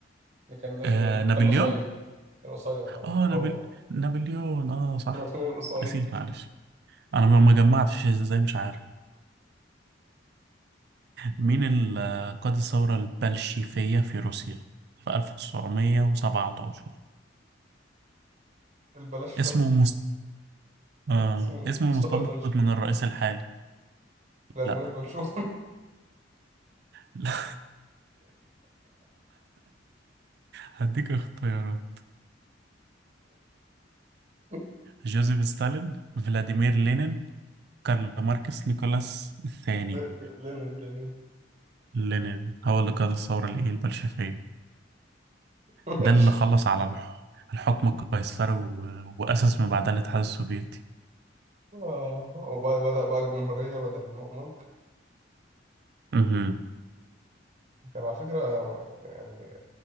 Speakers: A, on the right (about 35°); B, on the right (about 60°).
A: ده كان ده
B: آه
A: شيء
B: نابليون؟
A: كان قصير كان قصير اه
B: آه نابل...
A: هو
B: نابليون آه صح
A: <laughs> كان قصير
B: نسيت معلش انا ما ما جمعتش ازاي مش عارف مين اللي قاد الثورة البلشيفية في روسيا في 1917
A: البلاش
B: اسمه
A: بس
B: مست... آه...
A: <laughs> اسمه
B: اسمه
A: مصطفى
B: مستنبط
A: البلش
B: من الرئيس الحالي
A: فلاديمير
B: لا
A: بلشوف
B: لا <laughs> هديك اختيارات
A: <laughs>
B: جوزيف ستالين فلاديمير لينين كارل ماركس نيكولاس الثاني
A: لينين لينين
B: لينين هو اللي قاد الثورة الإيه البلشفية
A: ماشي
B: ده اللي خلص على الح- الحكم القيصري و... وأسس من بعدها الاتحاد السوفيتي
A: اه وبدأ بقى الجمهورية بدل الملك
B: مهم.
A: كان على فكرة يعني